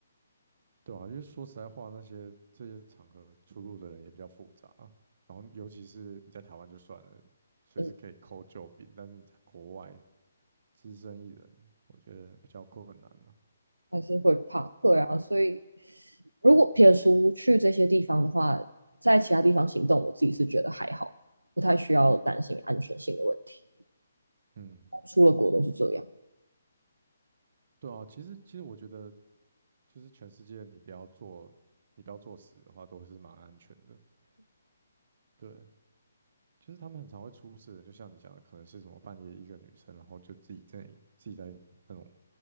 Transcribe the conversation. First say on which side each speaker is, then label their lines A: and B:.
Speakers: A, on the right; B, on the right.
A: 对啊，因为说实在话，那些这些场合出入的人也比较复杂，然后尤其是你在台湾就算了，随时可以扣救兵，
B: 嗯，
A: 但是你在国外只身一人，我觉得比较困难了。
B: 还是会怕，对啊，所以如果撇除去这些地方的话，在其他地方行动，我自己是觉得还好，不太需要担心安全性的问题。
A: 嗯，
B: 出了国都是这样，
A: 对啊，其实其实我觉得就是全世界你不要做，你不要作死的话，都是蛮安全的。对，就是他们很常会出事的，就像你讲的，可能是什么半夜一个女生，然后就自己在自己在那种